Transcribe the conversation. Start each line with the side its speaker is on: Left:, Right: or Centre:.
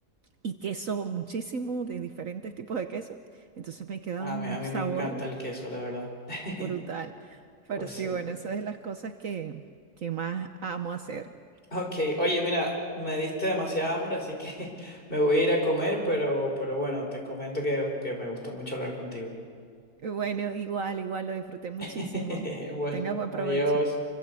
Right: y queso muchísimo de diferentes tipos de queso. Entonces me queda
Left: A
Right: un
Left: mí, a mí
Right: sabor
Left: me encanta el queso, la verdad. <laughs>
Right: brutal. Pero
Left: Pues
Right: sí,
Left: sí.
Right: bueno, esa es de las cosas que, que más amo hacer.
Left: Ok, oye, mira, me diste demasiada hambre, así que <laughs> me voy a ir a comer, pero, pero bueno, te comento que, que me gustó mucho hablar contigo.
Right: Y Bueno, igual, igual lo disfruté muchísimo.
Left: <laughs> Bueno,
Right: Que tengas buen
Left: adiós.
Right: provecho.